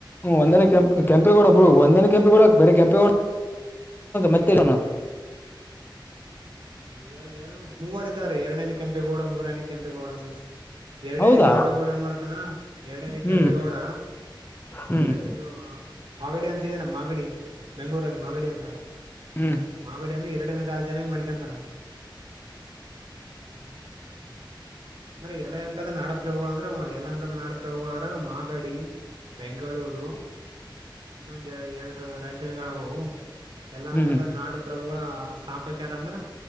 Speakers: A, on the left (about 25°); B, on the right (about 75°).
A: ಒಂದನ ಕೆಂಪ ಕೆಂಪೇಗೌಡ ಒಬ್ಳ ಒಂದನ ಕೆಂಪೇಗೌಡ ಬೇರೆ ಕೆಂಪೇಗೌಡ ಮತ್ತೆಲ್ಲ
B: ಹ್ಮ್ ಎರಡು ಮೂವರಾರೆ ಎರಡೇನ ಕೆಂಪೇಗೌಡ ಮೂರನೇ ಕೆಂಪೇಗೌಡ ಅಂಗ ಎರಡನೇ
A: ಹೌದಾ
B: ಕೆಂಪೇಗೌಡ ಏನ್ ಮಾಡ್ತಾನ ಎರಡನೇ ಕೆಂಪೇಗೌಡ
A: ಹ್ಮ್ ಹ್ಮ್
B: ಅಂದ್ರೆ ಇವಾಗ ಮಾಗಡಿ ಅಂತಿದೇನೆ ಮಾಗಡಿ ಬೆಂಗಳೂರಲ್ಲಿ ಮಾಗಡಿ ಅಂತ
A: ಹ್ಮ್
B: ಮಾಗಡ ಅನ್ನು ಎರಡ ಜನ ಮಾಡ ಎಂತನ ಹ್ಮ ಅಂದ್ರೆ ಯಲೆ ಅಂಕದ ನಾಡಪ್ರಭುಗಳು ಅಂದ್ರೆ ಯಲ ಅಂಕದ ನಾಡಪ್ರಭುಗಳರಾಗ ಮಾಗಡಿ ಬೆಂಗಳೂರು ಇನ್ನೊಂದ ಎ ಎರಡು ರಾಜಧಾನಿಗಳಾವವು ಎಲ್ಲಾ
A: ಹ್ಮ್
B: ಅಂಕದ ನಾಡು ಪ್ರ್ರಭುಗಳ ಸ್ಥಾಪಕ ಯಾರ ಅಂದ್ರ